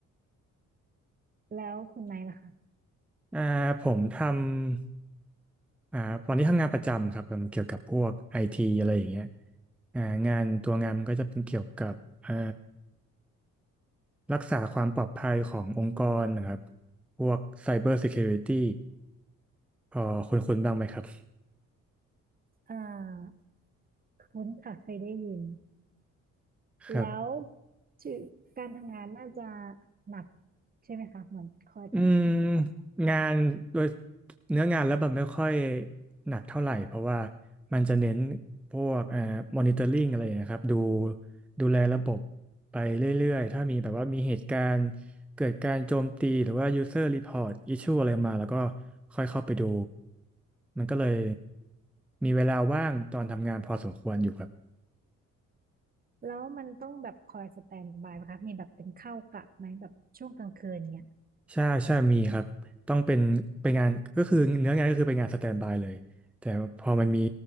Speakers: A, on the right (about 30°); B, in the centre.
A: แล้วคุณไนท์ล่ะคะ
B: อ่าผมทำอ่าตอนนี้ทำงานประจำครับทำเกี่ยวกับพวกไอทีอะไรอย่างเงี้ยอ่างานตัวงานมันก็จะเป็นเกี่ยวกับเอ่อ รักษาความปลอดภัยขององค์กรนะครับ พวก Cyber Security พอคุ้นๆบ้างไหมครับ
A: อ่าคุ้นค่ะเคยได้ยิน
B: ครับ
A: แล้วชื่อการทำงานน่าจะหนักใช่ไหมคะเหมือนคอยต้องคอยสแตน
B: อืมงานโดยเนื้องานแล้วมันไม่ค่อยหนักเท่าไหร่ เพราะว่ามันจะเน้นพวกเอ่อ monitoring อนิเตอร์ลิงอะไรนะครับดูดูแลระบบไปเรื่อยๆ ถ้ามีแบบว่ามีเหตุการณ์เกิดการโจมตี หรือว่า user report issue อะไรมาแล้วก็ค่อยเข้าไปดู มันก็เลยมีเวลาว่างตอนทำงานพอสมควรอยู่ครับ
A: แล้วมันต้องแบบคอยสแตนด์บายไหมคะมีแบบเป็นเข้ากะไหมแบบช่วงกลางคืนเนี่ย
B: ใช่ใช่มีครับต้องเป็นเป็นงานก็คือเนื้องานก็คือเป็นงานสแตนด์บายเลยแต่พอมันมี